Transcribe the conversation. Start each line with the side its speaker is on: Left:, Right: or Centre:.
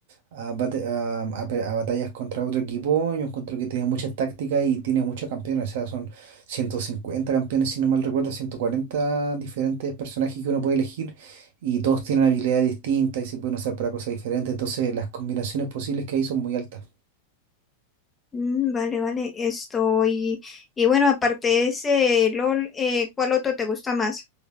Right: a, bate- a- a pe- a batallas contra otro equipo, yo encuentro que tiene mucha táctica y tiene muchos campeones, o sea, son 150 campeones, si no mal recuerdo, 140 diferentes personajes que uno puede elegir y todos tienen habilidades distintas y se pueden usar para cosas diferentes, entonces las combinaciones posibles que hay son muy altas.
Left: Mm, vale, vale, esto, y, y bueno, aparte de ese LOL, eh, ¿cuál otro te gusta más?